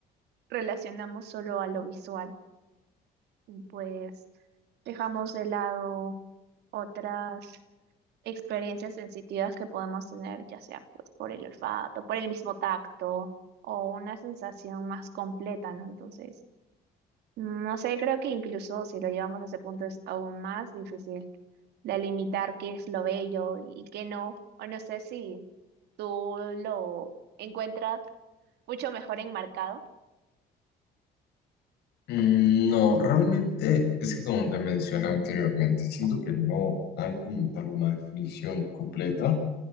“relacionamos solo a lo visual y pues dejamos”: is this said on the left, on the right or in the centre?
Right